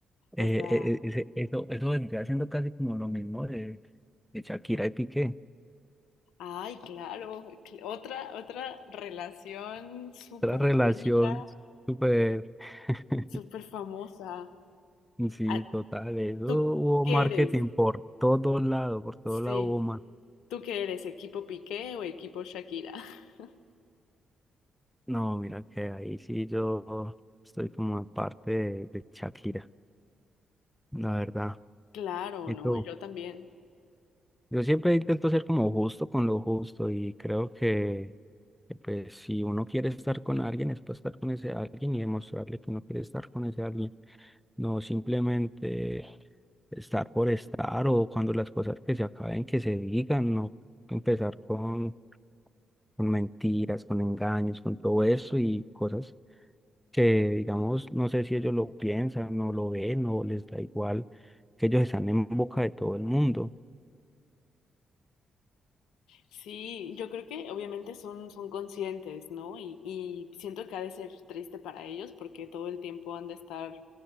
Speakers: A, in the centre; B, on the left.
A: Eh,
B: O sea,
A: eh, eh, ese- eso, eso vendría siendo casi como lo mismo de, de Shakira y Piqué.
B: ay, claro, cl- otra, otra relación súper
A: Otra relación
B: polémica,
A: súper, <laughs>
B: súper famosa.
A: sí,
B: Ah,
A: total. Eso
B: ¿Tú
A: hubo
B: qué
A: marketing
B: eres?
A: por todo lado por todo
B: Sí,
A: lado hubo marketing.
B: ¿tú qué eres? ¿Equipo Piqué o equipo Shakira? <laughs>
A: No, mira que ahí sí yo estoy como en parte de, de Shakira, la verdad.
B: Claro,
A: Y
B: ¿no?
A: tú,
B: Yo también.
A: yo siempre intento ser como justo con lo justo y creo que, que pues si uno quiere estar con alguien es para estar con ese alguien y demostrarle que uno quiere estar con ese alguien. no simplemente estar por estar o cuando las cosas que se acaben, que se digan, no empezar con, con mentiras, con engaños, con todo eso y cosas que, digamos, no sé si ellos lo piensan no lo ven o les da igual, que ellos están en boca de todo el mundo,
B: Sí, yo creo que obviamente son, son conscientes, ¿no? Y, y siento que ha de ser triste para ellos porque todo el tiempo han de estar